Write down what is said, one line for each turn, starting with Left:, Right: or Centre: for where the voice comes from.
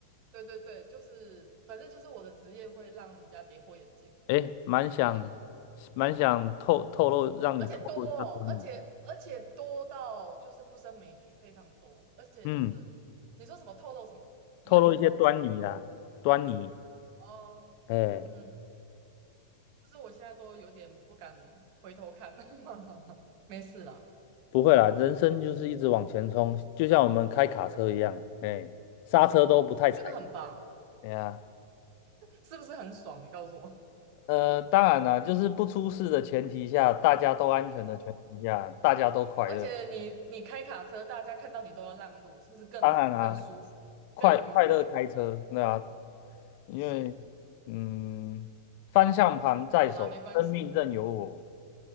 Right: 对对对，就是反正就是我的职业会让人家跌破眼镜，
Left: 哎，蛮想
Right: <laughs>
Left: 蛮想透透露让你透露一下端倪，
Right: 而且多哦，而且而且多到就是不胜枚举，非常多，而且就是你说什么透露什么，
Left: 嗯，
Right: 你要多讲
Left: 透露一些端倪啦，端倪，
Right: 哦。
Left: 哎，
Right: 嗯，就是我现在都有点不敢回头看，<laughs> 没事啦。
Left: 不会啦，人生就是一直往前冲，就像我们开卡车一样，哎，刹车都不太踩，
Right: 我觉得很棒，
Left: 哎呀。
Right: 是不是很爽？你告诉我。
Left: 呃，当然啦，就是不出事的前提下，大家都安全的前提下，大家都快乐。
Right: 而且你你开卡车，大家看到你都要让路，是不是更更舒服、
Left: 当然啦，快快乐开车，
Right: 更愉快？
Left: 对啊，因为
Right: 是，
Left: 嗯，方向盘在手，
Right: 好啦，没关系，
Left: 生命任由我。